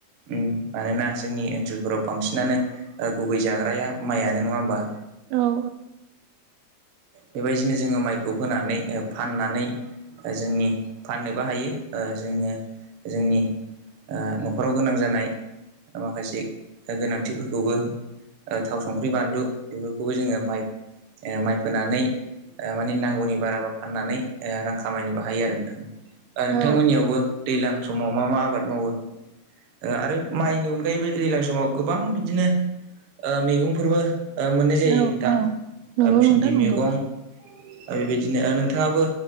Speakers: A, on the right; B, on the right.
A: उम मानोना जोंनि ओनसोलफोराव बांसिनानो ओ गुबै जाग्राया माइयानो नङा होमबा।
B: औ
A: बेबायदिनो जोङो माइखौ फोनानै ओ फाननानै ओ जोंनि फाननोबो हायो ओ जोङो जोंनि ओ नखराव गोनां जानाय माखासे गोनांथिफोरखौबो ओ थाव संख्रि बानलु बेफोरखौबो जोङो माइ ओ माइ फोनानै ओ माने नांगौनि बाराबा फाननानै ओ रां खामायनोबो हायो आरो नोंथां ओ
B: औ
A: नोंथां मोननियावबो दैलां समाव मा मा आबाद मावो ओ आरो माइनि अनगायैबो दैलां समाव गोबां बिदिनो ओ मेगंफोरबो ओ मोननाय जायो
B: औ
A: नोंथां
B: औ नंगौ
A: ओ भिन्दि
B: नोंथां नंगौ
A: मेगं ओ बेबायदिनो ओ‌ नोंथाङाबो